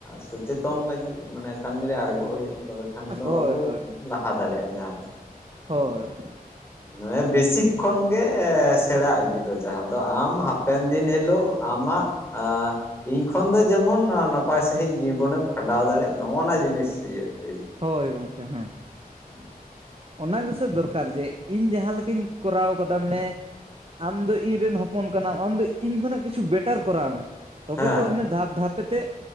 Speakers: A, on the left; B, on the right.
A: ᱥᱚᱪᱮᱛᱚᱱ ᱞᱟᱹᱜᱤᱫ ᱢᱟᱱᱮ ᱠᱟᱹᱢᱤᱨᱮ ᱟᱬᱜᱚᱜ ᱦᱩᱭᱩᱜᱼᱟ, ᱛᱚᱵᱮ ᱠᱷᱟᱱ ᱫᱚ
B: ᱦᱳᱭ
A: ᱟᱵᱚ
B: ᱦᱳᱭ
A: ᱞᱟᱦᱟ ᱫᱟᱲᱮᱭᱟᱜᱼᱟ ᱡᱟᱦᱟᱸ ᱫᱚ᱾
B: ᱦᱳᱭ,
A: ᱦᱩᱸ ᱦᱮ ᱵᱮᱥᱤᱠ ᱠᱷᱚᱱ ᱜᱮ ᱮᱻ ᱥᱮᱲᱟ ᱤᱫᱤ ᱫᱚ ᱡᱟᱦᱟᱸ ᱫᱚ, ᱟᱢ ᱦᱟᱯᱮᱱ ᱫᱤᱱ ᱦᱮᱞᱳᱜ ᱟᱢᱟᱜ ᱟ ᱤᱧ ᱠᱷᱚᱱ ᱫᱚ ᱡᱮᱢᱚᱱ, ᱱᱟᱯᱟᱭ ᱥᱟᱺᱦᱤᱡ ᱡᱤᱵᱚᱱᱮᱢ ᱠᱷᱟᱸᱰᱟᱣ ᱫᱟᱲᱮᱜ ᱱᱚᱜ ᱚᱱᱟᱜ ᱡᱤᱱᱤᱥ ᱤᱭᱟᱹᱛᱤ,
B: ᱦᱳᱭ ᱜᱚᱝᱠᱮ ᱦᱮᱸ,
A: ᱦᱮᱸ <unintelligible>
B: ᱚᱱᱟ ᱜᱮᱥᱮ ᱫᱚᱨᱠᱟᱨ ᱡᱮ, ᱤᱧ ᱡᱟᱦᱟᱸ ᱞᱮᱠᱟᱧ ᱠᱚᱨᱟᱣ ᱠᱟᱫᱟ ᱢᱟᱱᱮ, ᱟᱢ ᱫᱚ ᱤᱧᱨᱮᱱ ᱦᱚᱯ -ᱯᱚᱱ ᱠᱟᱱᱟᱢ, ᱟᱢ ᱫᱚ ᱤᱧ ᱠᱷᱚᱱᱟᱜ ᱠᱤᱪᱷᱩ ᱵᱮᱴᱟᱨ ᱠᱚᱨᱟᱣ ᱢᱮ, ᱛᱚᱵᱮ
A: ᱦᱮᱸ
B: ᱛᱚ
A: ᱦᱮᱸ
B: ᱤᱱᱟᱹ ᱫᱷᱟᱯ ᱫᱷᱟᱯᱮ ᱛᱮ